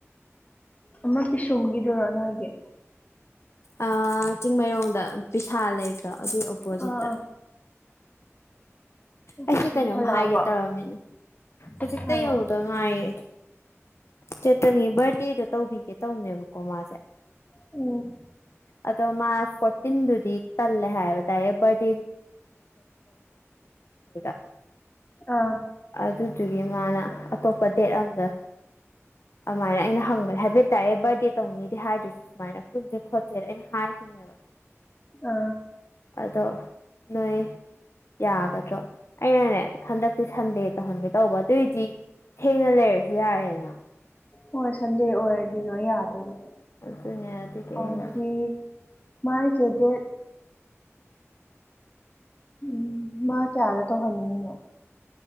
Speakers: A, on the left (about 30°); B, on the left (about 60°).
A: ꯑꯃ ꯄꯤꯁꯨꯝꯒꯤꯗꯨꯔꯣ ꯅꯣꯏꯒꯤ
B: ꯑꯥ ꯆꯤꯡꯃꯩꯔꯣꯡꯗ ꯕꯤꯁꯥꯜ ꯂꯩꯕꯗꯣ ꯑꯗꯨꯒꯤ ꯑꯣꯄꯣꯖꯤꯠꯇ
A: ꯑꯥ ꯑꯥ ꯑꯣꯀꯦ
B: ꯑꯩꯁꯦ ꯀꯩꯅꯣꯝ
A: ꯍꯜꯂꯛꯑꯕꯣ
B: ꯍꯥꯏꯒꯦ ꯇꯧꯔꯝꯃꯤꯅꯦ ꯍꯧꯖꯤꯛꯇ
A: ꯍꯥꯏꯔꯛꯑꯣ
B: ꯌꯧꯗꯣ ꯅꯨꯡꯉꯥꯏꯌꯦ ꯆꯦꯠꯇꯅꯤ ꯕꯔꯗꯦꯗꯣ ꯇꯧꯕꯤꯒꯦ ꯇꯧꯅꯦꯕꯀꯣ ꯃꯥꯁꯦ
A: ꯎꯝ
B: ꯑꯗꯣ ꯃꯥ ꯐꯣꯔꯇꯤꯟꯗꯨꯗꯤ ꯇꯜꯂꯦ ꯍꯥꯏꯕ ꯗꯥꯏꯌꯦ ꯕꯠ <unintelligible>
A: ꯑꯥ
B: ꯑꯗꯨꯗꯨꯒꯤ ꯃꯥꯅ ꯑꯇꯣꯞꯄ ꯗꯦꯠ ꯑꯝꯗ ꯑꯗꯨꯃꯥꯏꯅ ꯑꯩꯅ ꯍꯪꯕ ꯍꯥꯏꯕ ꯇꯥꯔꯦ ꯕꯥꯔꯊꯗꯦ ꯇꯧꯅꯤꯗꯦ ꯍꯥꯏꯗꯨꯁꯨ ꯁꯨꯃꯥꯏꯅ ꯄꯨꯟꯁꯦ ꯈꯣꯠ ꯔ ꯍꯥꯏꯈꯤꯝꯅꯦꯕ
A: ꯑꯥ
B: ꯑꯗꯣ ꯅꯣꯏ ꯌꯥꯒꯗ꯭ꯔꯣ ꯑꯩꯅꯅꯦ ꯍꯟꯗꯛꯇꯤ ꯁꯟꯗꯦ ꯇꯧꯍꯟꯒꯦ ꯇꯧꯕ ꯑꯗꯨꯏꯗꯤ ꯊꯦꯡꯅ ꯂꯩꯔꯁꯨ ꯌꯥꯔꯦꯅ
A: ꯍꯣꯏ ꯁꯟꯗꯦ ꯑꯣꯏꯔꯗꯤ ꯂꯣꯏ ꯌꯥꯗꯣꯏꯅꯤ
B: ꯑꯗꯨꯅꯦ ꯑꯗꯨꯒꯤ
A: ꯍꯧꯗꯤ
B: ꯑꯩꯅ
A: ꯃꯥꯏ ꯗꯦꯠ ꯎꯝ ꯃꯥ ꯀꯌꯥꯗ ꯇꯧꯍꯟꯅꯤꯡꯉꯤꯅꯣ